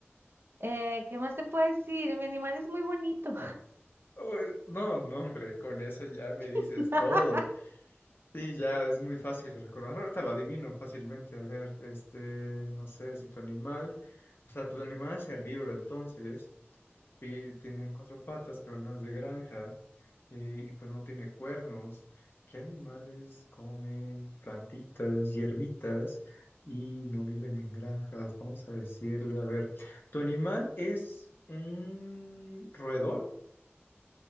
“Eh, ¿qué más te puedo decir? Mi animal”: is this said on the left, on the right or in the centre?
Right